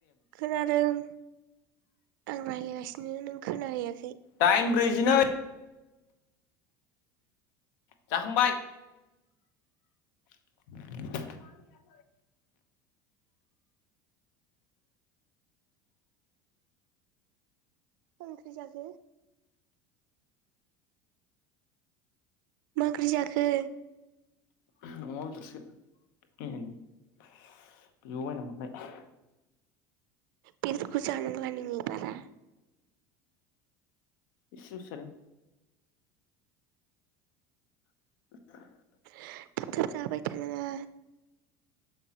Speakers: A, on the right; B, on the left.
A: खोनादों आं रायज्लायगासिनो नों खोना हैैया
B: दाइन ब्रै बिदिनो जाखांबाय <inaudible>
A: मा ओंख्रि जाखो मा ओंख्रि जाखो
B: अमा बेदरसो मैयानि बिब बायना हरनाय
A: बेदरखौ जानांला नोङो बारा
B: इसेलसो जादों <inaudible>
A: थाब थाब जाबाय थानाङा